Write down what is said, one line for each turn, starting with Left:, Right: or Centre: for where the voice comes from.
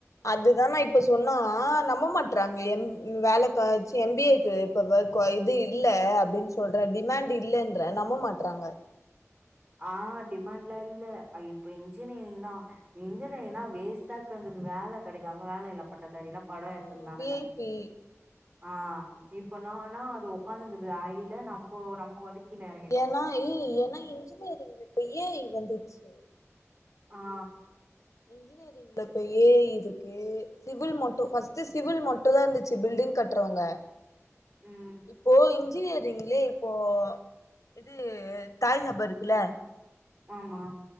Left: அதுதா நா இப்ப சொன்னா நம்ப மாட்றாங்க எம் வேல காச்சு எம் பி ஏக்கு இப்ப க இது இல்ல அப்டின் சொல்ற டிமேண்ட் இல்லன்ற நம்ப மாட்றாங்க
Right: ஆ டிமேண்ட்லா இல்ல ஆ இப் இன்ஜினியரிங் தா இன்ஜினியர்ன்னா வேஸ்ட்டாக் வந்தது வேல கெடைக்காம வேலையில்லா பட்ட தாரிலா படோ
Left: ஆ
Right: எத்துந்தானுங்க
Left: வி ஐ பி
Right: ஆ இப்ப நான்னா அது உக்காந்துன்குது ஐல நம்போ நம்போ வந்து கீழ எறங்கிட்டோ
Left: ஏனா ஏய் ஏனா இன்ஜினிரிங்ல இப்ப ஏ ஐ வந்துச்சு
Right: ஆ ஆ
Left: இன்ஜினிரிங்ல இப்ப ஏ ஐ இருக்கு சிவில் மட்டு ஃபஸ்ட் சிவில் மட்டும் தான் இருந்துச்சு பில்டிங் கட்டுறவங்க
Right: ம்
Left: இப்போ இன்ஜினியரிங்லே இப்போ இது தாய் ஜபர் இருக்குல
Right: ஆமா